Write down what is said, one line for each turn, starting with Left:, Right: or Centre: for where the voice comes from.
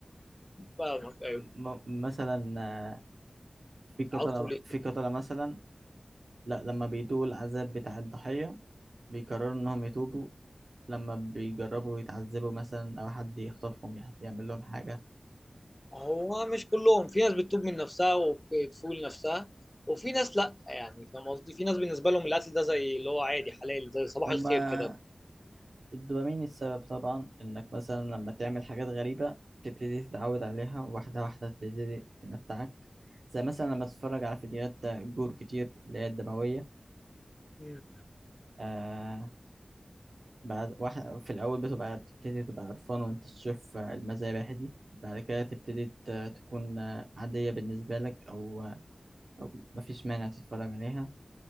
Left: فاهمك
Right: <laughs>
Left: ايوه
Right: م- مثلا آه، في قتلة
Left: عاوز تقول ايه
Right: في قتلة مثلا لا لما بيدوقوا العذاب بتاع الضحية بيقرروا إنهم يتوبوا لما بيجربوا يتعذبوا مثلا أو حد يخطفهم يح- يعمل لهم حاجة
Left: هو مش كلهم في ناس بتتوب من نفسها وبتفول نفسها وفي ناس لا يعني فاهم قصدي في ناس بالنسبه لهم القتل ده زي اللي هو عادي حلال زي صباح
Right: هما
Left: الخير كده
Right: الدوبامين السبب طبعا إنك مثلا لما تعمل حاجات غريبة تبتدي تتعود عليها واحدة واحدة تبتدي تمتعك زي مثلا لما تتفرج على فيديوهات جور كتير اللي هي الدموية
Left: مم.
Right: آه بعد واحد في الأول بتبقى بتبتدي تبقى قرفان وأنت تشوف المذابح دي بعد كده تبتدي ت- تكون عادية بالنسبة لك أو أو مفيش مانع تتفرج عليها